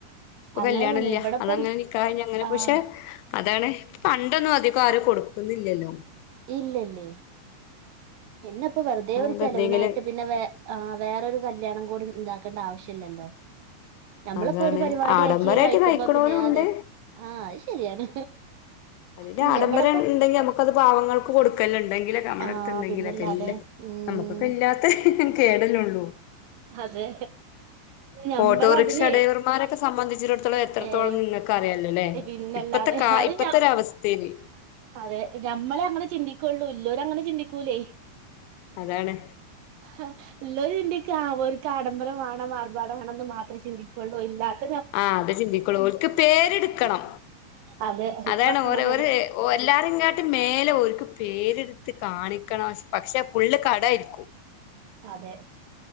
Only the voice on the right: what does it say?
അങ്ങനെ
തന്നെ ഇവിടെപ്പം
ആഹ്
ഇല്ലല്ലെ പിന്നെ പ്പൊ വെറുതെ
ഒരു ചെലവിനായിട്ട്
പിന്നെ വെ ആ വേറൊരു കല്ല്യാണം കൊടും ണ്ടാക്കണ്ട ആവശ്യല്ലല്ലോ നമ്മളിപ്പൊ
ഒരു പരുവാടി
ആക്കി അത് കഴിക്കുമ്പോ
പിന്നെ ആ ലെ ആ അത് ശരിയാണ്
ഉം
ഇവിടെപ്പം
ആഹ്
പിന്നല്ലാതെ
ഉം
അതെ ഞമ്മളതിലേ
ഏഹ്
പിന്നല്ലാതെ
അത്
ഞ അതെ ഞമ്മളെ അങ്ങനെ ചിന്തിക്കൊള്ളൂ ഇള്ളോരങ്ങനെ ചിന്തിക്കൂലേ
ആ ഇള്ളോല് ചിന്തി ക്കാ ഓര്ക്കാഡംബരം മാണം ആർഭാടം മാണംന്ന് മാത്രേ ചിന്തിക്കൊള്ളൂ എല്ലാരും
അതെ ഇപ്പൊ
അങ്ങനെയാണ്
അതെ